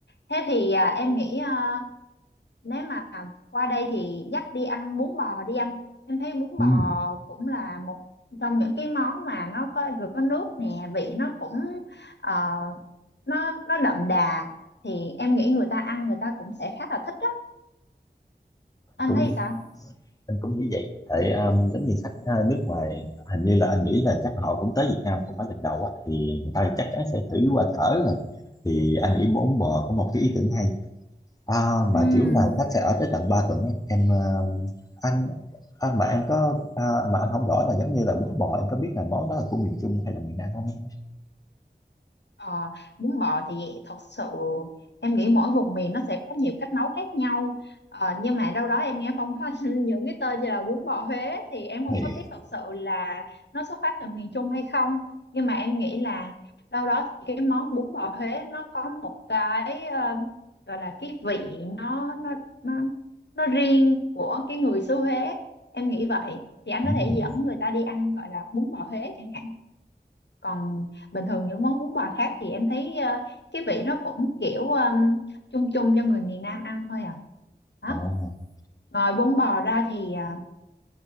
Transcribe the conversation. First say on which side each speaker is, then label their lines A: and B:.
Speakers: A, on the left (about 80°); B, on the left (about 20°).
A: thế thì à, em nghĩ ờ, nếu mà qua đây thì dắt đi ăn bún bò đi anh em thấy bún
B: Ừ.
A: bò cũng là một trong những cái món mà nó có vừa có nước nè vị nó cũng ờ, nó nó đậm đà thì em nghĩ người ta ăn người ta cũng sẽ khá là thích đó anh
B: Cũng
A: thấy sao
B: anh cũng nghĩ vậy tại um, giống như khách uh, nước ngoài hình như là anh nghĩ là chắc họ cũng tới Việt Nam không phải lần đầu á thì người ta chắc chắn sẽ thử qua thở rồi thì anh nghĩ bốn bò có một cái ý tưởng hay à, mà
A: Ừm.
B: kiểu là khách sẽ ở tới tận 3 tuần ấy. em um, anh anh mà em có à, mà anh không rõ là giống như là bún bò em có biết là món đó là của miền Trung hay là miền Nam không em
A: Ờ, bún bò thì thật sự em nghĩ mỗi vùng miền nó sẽ có nhiều cách nấu khác nhau ờ, nhưng mà đâu đó em nghe phong phanh <laughs> những cái tên như là bún bò Huế thì em không
B: thì
A: có biết thật sự là nó xuất phát từ miền Trung hay không nhưng mà em nghĩ là đâu đó thì cái món bún bò Huế nó có một cái ờ, gọi là cái vị nó nó nó nó riêng của cái người xứ Huế em nghĩ vậy thì anh
B: ừm,
A: có thể dẫn người ta đi ăn gọi là bún bò Huế chẳng hạn còn bình thường những món bún bò khác thì em thấy ờ, cái vị nó cũng kiểu ừm, chung chung cho người miền Nam ăn thôi à đó
B: ồ.
A: ngoài bún bò ra thì ờ,